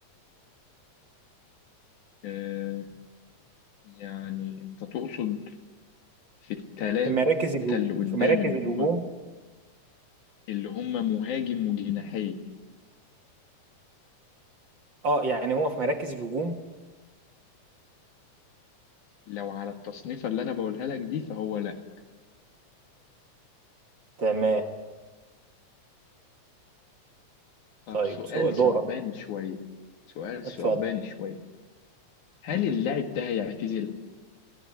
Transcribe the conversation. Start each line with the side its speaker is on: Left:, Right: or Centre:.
Left: آه يعني انت تقصد في التلاتة
Right: في مراكز الهجوم
Left: اللي قدام
Right: في مراكز
Left: اللي
Right: الهجوم
Left: هم اللي هم مهاجم وجناحي
Right: اه يعني هو في مراكز الهجوم
Left: لو على التصنيفة اللي انا بقولها لك دي فهو لا
Right: تمام
Left: طب
Right: طيب
Left: سؤال
Right: سو
Left: ثعباني
Right: دورك
Left: شوية سؤال
Right: اتفضل
Left: ثعباني شوية هل اللاعب ده هيعتزل